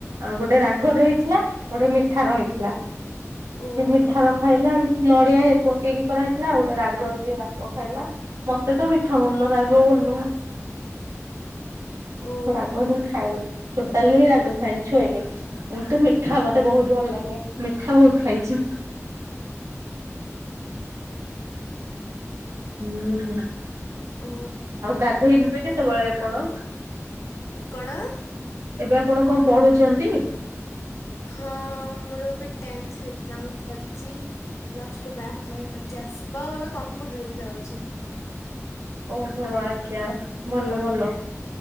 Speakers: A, on the right; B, on the left.
A: ଆଉ ଗୋଟେ ରାଗରେ ହେଇ ଗୋଟେ ମିଠାର ହେଇଥିଲା ସେ
B: ଓହୋ
A: ମିଠାର ଖାଇଲା ନଡିଆ ହେ ପକେଇକି କରାହେଇଥିଲା ଆଉ ଗୋଟେ ରାଗର ଯିଏ ରାଗ ଖାଇଲା ମତେ ତ ମିଠା ଭଲ ରାଗ ଭଲନୁହଁ
B: ଓହୋ
A: ମୁଁ ରାଗ ହିଁ ଖାଏନି ଟୋଟାଲି ରାଗ
B: ଓ
A: ଖାଏନି ଛୁଏନି କିନ୍ତୁ ମିଠା ମତେ ବହୁତ ଭଲ ଲାଗେ ମିଠା ବହୁତ ଖାଇଛି
B: <unintelligible>
A: ହୁଁ।
B: ଓ
A: ଆଉ ଗାଧେଇ ଜିବେ କେତେବେଳେ ଆପଣ।
B: କଣ।
A: ଏବେ ଆପଣ କଣ ପଢୁଛନ୍ତି।
B: ହଁ ମୋର ଏବେ ଟେନ୍ଥ ଏକଜାମ୍ ସରିଛି। ପ୍ଲସ ଟୁ ଆପ୍ଲାଏ କରିଛି ଆସିବ ଆଉ ଏବେ କମ୍ପ୍ୟୁଟର ବି ଯାଉଛି।
A: ଓହୋ ଆଜ୍ଞା ଭଲ ଭଲ